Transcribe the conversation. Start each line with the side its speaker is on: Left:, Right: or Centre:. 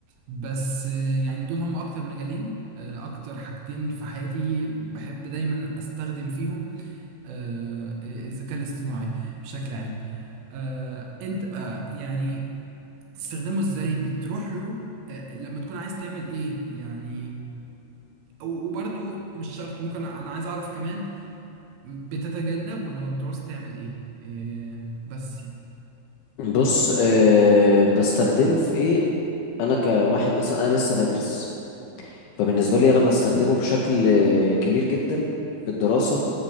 Right: بس آه، يعني دول هم اكتر مجالين آه، اكتر حاجتين في حياتي بحب دايما استخدم فيهم آه، الذكاء الاصطناعي بشكل عام آه، انت بقى يعني تستخدمه ازاي بتروح له آه، لما تكون عايز تعمل ايه يعني و- وبرضو مش شرط ممكن انا عايز اعرف كمان بتتجنبه لما بتعوز تعمل ايه آه، بس يعني
Left: بص أه بستخدمه في ايه انا كواحد مثلا انا لسه بدرس فبالنسبه
Right: تمام
Left: لي انا بستخدمه بشكل آه، كبير جدا في الدراسه